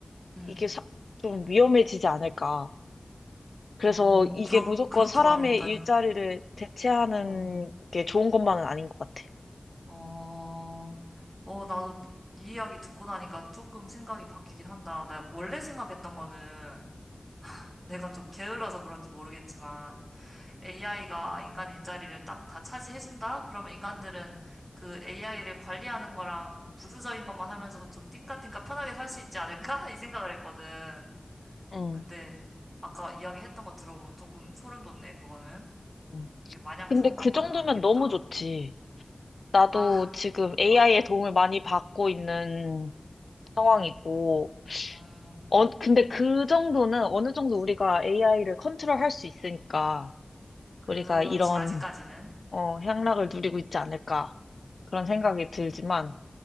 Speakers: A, on the right; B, on the left.
A: 응,
B: 이게 사- 좀 위험해지지 않을까. 그래서
A: 어,
B: 이게
A: 그렇,
B: 무조건
A: 그렇게
B: 사람의
A: 말을 했다니.
B: 일자리를 대체하는
A: 어,
B: 게 좋은 것만은 아닌 것 같아.
A: 어, 어, 나도 네 이야기 듣고 나니까 조금 생각이 바뀌긴 한다. 나 원래 생각했던 거는 내가 좀 게을러서 그런지 모르겠지만 AI가 인간 일자리를 딱 다 차지해준다? 그러면 인간들은 그 AI를 관리하는 거랑 부수적인 것만 하면서 좀 띵까띵까 편하게 살 수 있지 않을까? <laughs> 이 생각을 했거든.
B: 응,
A: 근데 아까 이야기했던 거 들어보면 조금 소름 돋네, 그거는.
B: 응,
A: 이게 마냥
B: 근데
A: 좋은
B: 그
A: 것만은
B: 정도면
A: 아니겠다.
B: 너무 좋지. 나도
A: 아,
B: 지금 AI의
A: 어,
B: 도움을 많이 받고 있는 상황이고,
A: 음,
B: 어,
A: 음,
B: 근데 그 정도는 어느 정도 우리가 AI를 컨트롤할 수 있으니까
A: 그렇지,
B: 우리가 이런
A: 아직까지는.
B: 어, 향락을
A: 어,
B: 누리고 있지 않을까 그런
A: 음,
B: 생각이 들지만